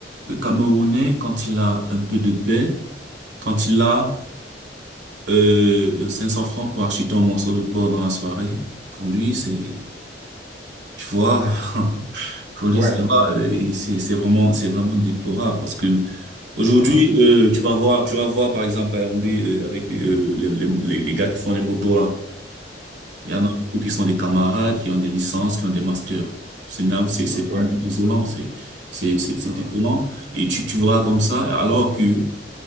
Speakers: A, on the right; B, on the right.
A: le Camerounais, quand il a un peu de paix, quand il a Euh, 500 francs pour acheter un morceau de porc dans la soirée, pour lui, c'est, tu vois, <laughs> pour lui,
B: Ouais.
A: ça va, euh, il- c'est, c'est vraiment, c'est vraiment déplorable parce que aujourd'hui,
B: Mhm.
A: euh, tu vas voir, tu vas voir, par exemple, à Yaoundé, euh, avec euh, les, les, les- les gars qui font les motos là, il y en a beaucoup qui sont des camarades, qui ont des licences, qui ont des masters. C'est, na- c'est c'est
B: Mhm.
A: vraiment
B: Ouais.
A: désolant, c'est, c'est, c'est c'est
B: Mhm.
A: désolant. Et tu, tu vois comme ça, alors que